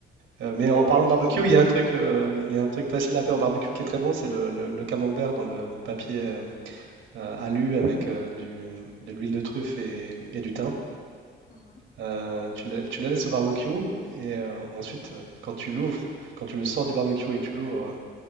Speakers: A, on the right (about 75°); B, on the left (about 45°).
A: Heu, mais
B: J'adore
A: en parlant
B: la cuisine
A: de barbecue, il y
B: vét-
A: a un truc, heu, il y a un truc facile à faire au barbecue qui est très bon, c'est le le le camembert dans le papier, hem, heu, alu avec, heu, du de l'huile de truffe et et du thym.
B: Mhm.
A: Heu, tu le tu la laisses au barbecue et heu, ensuite, heu, quand tu l'ouvres, quand tu le sors du barbecue et tu l'ouvres, heu,